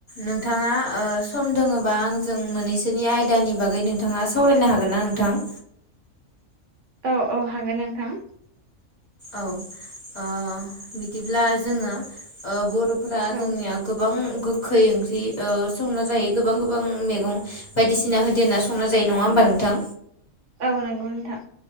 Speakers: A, on the left; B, on the right.
A: नोंथाङा ओ सम दोङबा आंजों मोननैसोनि आयदानि बागै नोंथाङा सावराय नो हागोन ना नोंथां?
B: औ औ हागोन नोंथां
A: औ ओ बिदिब्ला जोङो ओ बर' फोरा
B: औ
A: जोंनिया गोबां खै ओंख्रि संना जायो गोबां गोबां मैगं बायदिसिना होदेरना संना जायो नङा होमबा नों दां
B: औ नंगौ नोंथां।